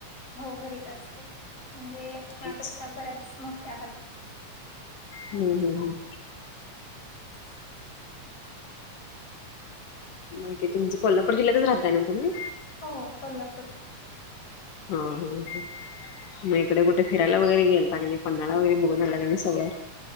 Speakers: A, on the left (about 50°); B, on the left (about 85°).
A: हो घरीच असते म्हणजे त्या
B: अच्छा.
A: पेक्षा बऱ्याच मोठे आहात.
B: हम्म हम् हम्म
A: <inaudible>
B: बाकी तुमचं कोल्हापूर जि्ह्यातच राहता ना तुम्ही?
A: हो, कोल्हापूर
B: हा ह मग इकडे कुठे फिरायला वगैरे गेलता काय नाही पन्हाळा वगैरे बघून आला काय नाही सगळं?